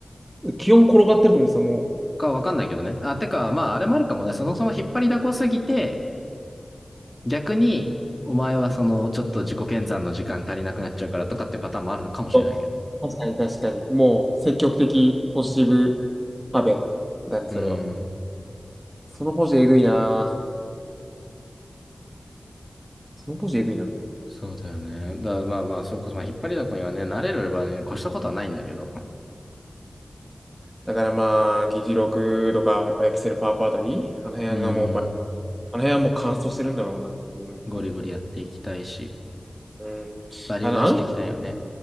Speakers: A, on the right; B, on the left.
A: 気温転がってると思ってた、も
B: かわかんないけどね。あ、てか、まあ、あれもあるかもね。そもそも引っ張りだこすぎて、逆に、お前はその、ちょっと自己研鑽の時間足りなくなっちゃうからとかってパターンもあるのかもしれないけど。
A: う。あ確かに確かに。もう、積極的、ポジティブ、安倍だね、それは。
B: うん。
A: そのポジえぐいな。そのポジえぐいな。
B: そうだよね。だからまあまあ、それこそ、まあ、引っ張りだこにはね、慣れればね、越したことはないんだけど。
A: だからまあ、議事録とか、やっぱエクセルパワーポあたり、あの辺がもうバリ、
B: うん。
A: あの辺はもう乾燥してるんだろうな。うん。
B: ゴリゴリやっていきたいし、
A: うん。
B: バリュー出していきたいよね。
A: あの、あのそ